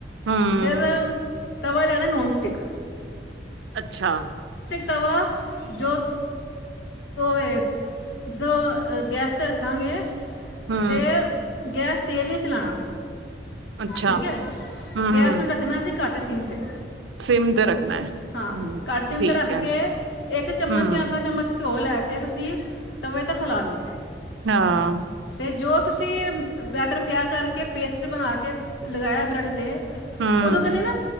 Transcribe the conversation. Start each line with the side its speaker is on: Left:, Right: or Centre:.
Right: ਹੂੰ,
Left: ਫੇਰ ਤਵਾ ਲੈਣਾ ਨੋਨਸਟਿਕ
Right: ਅੱਛਾ,
Left: ਤਵਾ ਜੋ ਹੈਗੈਸ ਤੇ ਰੱਖਾਂਗੇ।
Right: ਹੂੰ,
Left: ਤੇ ਗੈਸ ਤੇਜ ਨਹੀਂ ਚਲਾਣਾ।
Right: ਅੱਛਾ,
Left: ਠੀਕ ਹੈ,
Right: ਹੂੰ-ਹੂੰ,
Left: ਗੈਸ ਨੂੰ ਰੱਖਣਾ ਸੀ। ਘੱਟ ਸੀਮ ਤੇ।
Right: ਸਿਮ ਤੇ ਰੱਖਣਾ ਹੈ,
Left: ਹਾਂ
Right: ਹੂੰ,
Left: ਘੱਟ ਸਿਮ
Right: ਠੀਕ
Left: ਤੇ ਰੱਖ
Right: ਐ।
Left: ਕੇ ਇੱਕ ਚਮਚ
Right: ਹੂੰ,
Left: ਜਾਂ ਅੱਧਾ ਚਮਚ ਘਿਓ ਲੈ ਕੇ ਫਿਰ ਤੁਸੀਂ ਤਵੇ ਤੇ ਫੈਲਾ ਦੋ
Right: ਹਾਂ,
Left: ਅਤੇ ਜੋ ਤੁਸੀਂ ਬੈਟਰ ਤਿਆਰ ਕਰਕੇ ਪੇਸਟ ਬਣਾ ਕੇ ਲਗਾਇਆ ਬਰੈਡ 'ਤੇ
Right: ਹੂੰ,
Left: ਉਹਨੂੰ ਇੱਕ ਦਿਨ